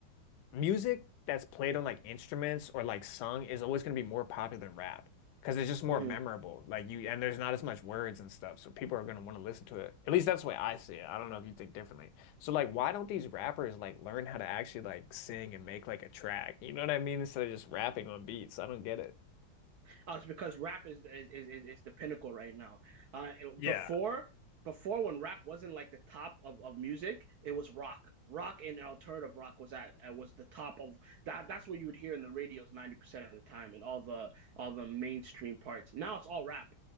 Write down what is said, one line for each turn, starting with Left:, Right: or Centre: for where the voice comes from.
Left: music that's played on like instruments or like sung is always going to be more popular than rap because it's just more
Right: mhm.
Left: memorable. Like you, and there's not as much words and stuff, so people are going to want to listen to it. At least that's the way I see it. I don't know if you think differently. So like, why don't these rappers like learn how to actually like sing and make like a track? You know what I mean? Instead of just rapping on beats. I don't get it.
Right: Uh, it's because rap is is, is is the pinnacle right now. Uh,
Left: Yeah.
Right: before before when rap wasn't like the top of, of music, it was rock. Rock and alternative rock was at uh, was the top of that. That's what you would hear in the radios ninety percent of the time, and all the all the mainstream parts. Now it's all rap.